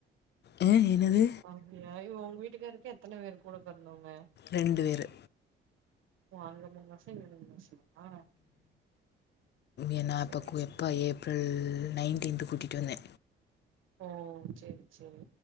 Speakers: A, on the left; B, on the right.
A: ஆ, என்னது
B: அப்டியா ஏய் உங்க வீட்டுக்காருக்கு எத்தன பேர் கூட பொறந்தவங்க
A: ரெண்டு பேரு
B: ஓ அங்க மூனு மாசோ இங்க மூனு மாசோமா
A: ஏன்னா இப்ப
B: செரி
A: எப்ப ஏப்ரல் நைன்டின்த்து கூட்டிட்டு வந்தே
B: ஓ செரி செரி